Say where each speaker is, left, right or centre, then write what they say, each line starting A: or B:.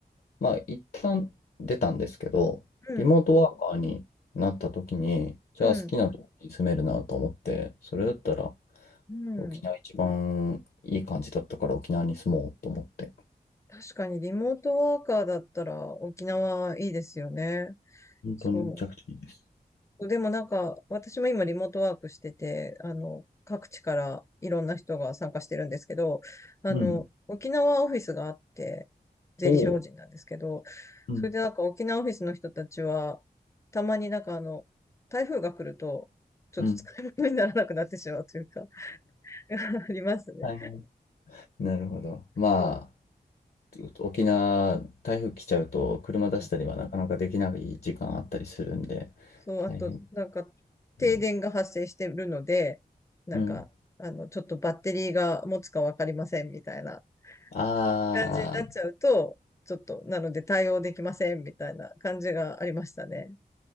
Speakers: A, on the left; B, on the left.
A: まあ、一旦出たんですけど、
B: うん、
A: リモートワーカーになった時に、じゃあ好きなとこに住めるなと思って、
B: うん、
A: それだったら
B: うん。
A: 沖縄一番いい感じだったから沖縄に住もうと思って、
B: 確かにリモートワーカーだったら沖縄いいですよね。
A: 本当にめちゃくちゃいいです。
B: そう。でもなんか、私も今リモートワークしてて、あの、各地からいろんな人が参加してるんですけど、あの、
A: うん。
B: 沖縄オフィスがあって、税理士法人なんですけど、
A: おお、うん。
B: それでなんか沖縄オフィスの人たちは、たまになんかあの、台風が来ると、ちょっと使い物にならなくなってしまうというか
A: うん。
B: <laughs> ありますね。
A: はい。なるほど。まあ、
B: そう、
A: 沖縄、台風来ちゃうと、車出したりはなかなかできない時間あったりするんで、
B: うん、そう、
A: 大変。
B: あと、なんか、停電が発生してるので、
A: う
B: なんか、
A: ん。
B: あの、ちょっとバッテリーが持つかわかりませんみたいな
A: あ
B: 感じになっちゃうと、ちょっと、なので対応できませんみたいな感じがありましたね。